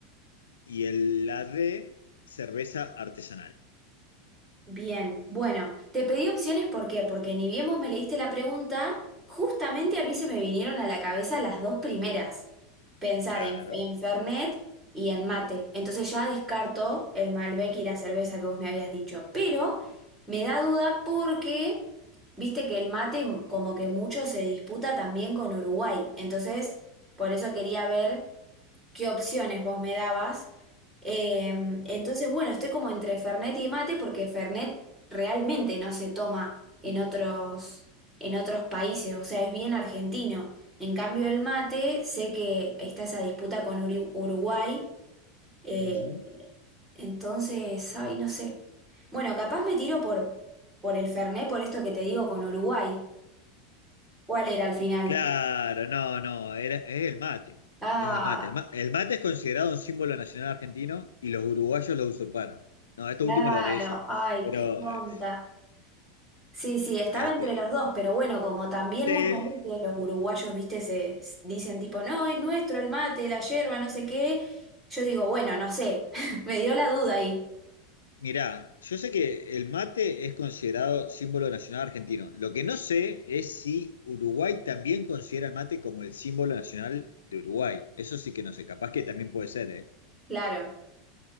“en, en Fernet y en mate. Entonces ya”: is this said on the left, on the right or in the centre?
Centre